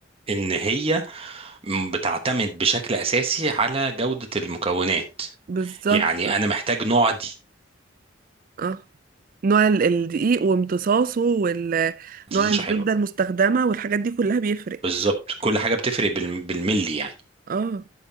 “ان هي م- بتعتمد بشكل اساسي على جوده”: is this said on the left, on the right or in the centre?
Right